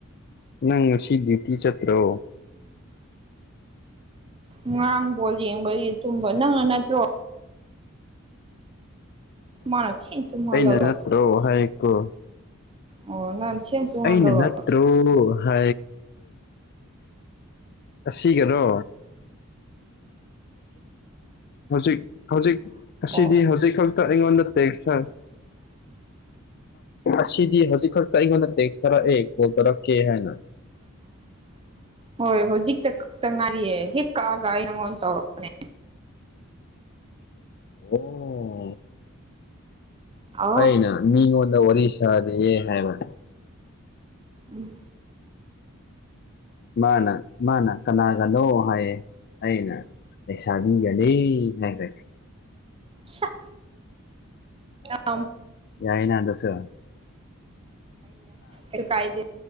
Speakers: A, on the left (about 50°); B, on the right (about 25°).
A: ꯅꯪ ꯉꯁꯤ ꯌꯣꯇꯤ ꯆꯠꯇ꯭ꯔ
B: ꯉꯔꯥꯡ ꯕꯣꯜ ꯌꯦꯡꯕꯒꯤ ꯇꯨꯝꯕ ꯅꯪꯅ ꯅꯠꯇ꯭ꯔꯣ ꯃꯥꯅ ꯊꯦꯡ ꯇꯨꯝꯍꯜꯂꯒ
A: ꯑꯩꯅ ꯅꯠꯇ꯭ꯔꯣ ꯍꯥꯏꯀꯣ
B: ꯑꯣ ꯅꯪ ꯊꯦꯡ ꯇꯨꯝꯍꯜꯂꯒ
A: ꯑꯩꯅ ꯅꯠꯇ꯭ꯔꯣ ꯀ ꯑꯁꯤ ꯀꯩꯅꯣ ꯍꯧꯖꯤꯛ ꯍꯧꯖꯤꯛ ꯑꯁꯤꯗꯤ
B: ꯑꯣ
A: ꯍꯧꯖꯤꯛ ꯈꯛꯇ ꯑꯩꯉꯣꯟꯗ ꯇꯦꯛꯁꯇ
B: <unintelligible>
A: ꯑꯁꯤꯗꯤ ꯍꯧꯖꯤꯛꯈꯛ ꯀꯔꯤꯉꯣꯟꯗ ꯇꯦꯛꯁ ꯊꯥꯔꯛꯑꯦ ꯀꯣꯜ ꯇꯧꯔꯛꯀꯦ ꯍꯥꯏꯅ
B: <unintelligible> ꯍꯣꯏ ꯍꯧꯖꯤꯛꯇ ꯈꯛꯇ ꯉꯥꯏꯔꯤꯌꯦ ꯍꯦꯛ ꯀꯛꯑꯒ ꯑꯩ ꯅꯪꯉꯣꯟꯗ ꯇꯧꯔꯛꯄꯅꯦ
A: ꯑꯣ
B: ꯑ
A: ꯑꯩꯅ ꯃꯤꯉꯣꯟꯗ ꯋꯥꯔꯤ ꯁꯥꯔꯤꯌꯦꯦ ꯍꯥꯏꯕ
B: ꯎꯝ
A: ꯃꯥꯅ ꯃꯥꯅ ꯀꯅꯥꯒꯅꯣ ꯍꯥꯏꯌꯦ ꯑꯩꯅ ꯑꯦꯁꯕꯤꯒ ꯂꯩꯦ ꯍꯥꯏ꯭ꯔꯦꯦ
B: ꯁ ꯑ
A: ꯌꯥꯏꯅ ꯇꯁ
B: ꯌꯥ ꯀꯥꯏꯗ